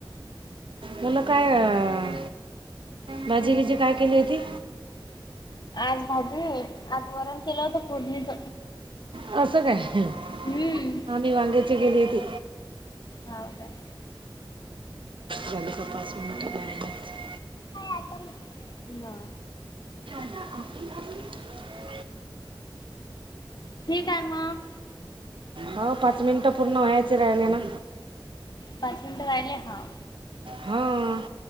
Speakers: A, on the right (about 70°); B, on the left (about 55°).
A: मुलं काय अ भाजीगिजी काय केली होती?
B: आज भाजी आज वरण केलं होतं फोडणीच.
A: कसं काय,
B: हम्म
A: आम्ही वांग्याची केली होती.
B: हाव काय.
A: झाली का पाच मिनिटं <unintelligible>
B: आई आता मला दे, ना.
A: <unintelligible>
B: ठीक आहे मग.
A: हो पाच मिनिटं पूर्ण व्हायचे राहिले ना.
B: पाच मिनिटं व्हायले हा.
A: हम्म